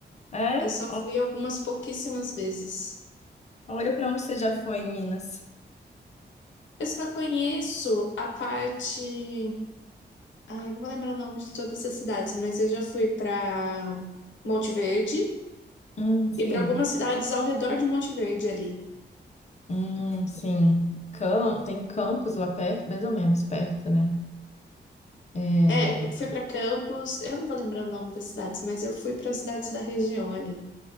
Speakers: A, on the left; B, on the left.
A: É?
B: Eu só fui
A: Olha,
B: algumas pouquíssimas vezes.
A: olha para onde você já foi em Minas.
B: Eu só conheço a parte. Ah, eu não vou lembrar o nome de todas as cidades, mas eu já fui para Monte Verde.
A: Hum, sim.
B: E para algumas cidades ao redor de Monte Verde ali.
A: Hum, sim. Cam- Tem campos lá perto, mais ou menos perto, né? É,
B: É, fui para Campos, eu não vou lembrar o nome das cidades, mas eu fui para cidades da região ali.